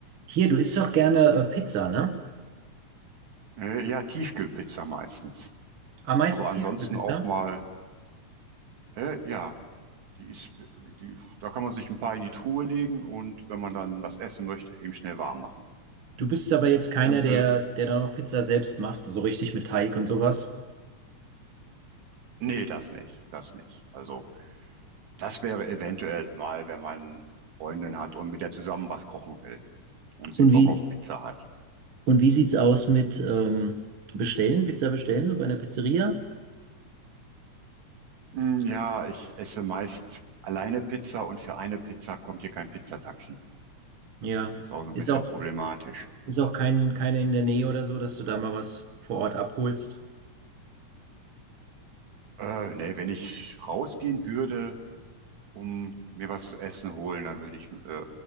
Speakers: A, on the right; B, on the right.
A: Hier, du isst doch gerne äh, Pizza, ne?
B: Äh, ja, Tiefkühlpizza meistens.
A: Am meisten
B: Aber
A: Tiefkühlpizza.
B: ansonsten auch mal, äh, ja, die ist, die, da kann man sich ein paar in die Truhe legen und wenn man dann was essen möchte, eben schnell warm machen.
A: Du bist aber jetzt keiner,
B: Simpel,
A: der, der dann auch Pizza selbst macht, so richtig mit Teig und sowas.
B: nee, das nicht, das nicht. Also, das wäre eventuell mal, wenn man Freundin hat und mit der zusammen was kochen will und sie
A: Und
B: Bock
A: wie,
B: auf Pizza hat.
A: und wie sieht's aus mit ähm, Bestellen, Pizza bestellen, so bei einer Pizzeria?
B: Hm, ja, ich esse meist alleine Pizza und für eine Pizza kommt hier kein Pizzataxi.
A: Ja.
B: Das ist auch so ein
A: Ist
B: bisschen
A: auch,
B: problematisch.
A: ist auch kein, keine in der Nähe oder so, dass du da mal was vor Ort abholst.
B: Äh, nee, wenn ich rausgehen würde, um mir was zu essen holen, dann würde ich äh,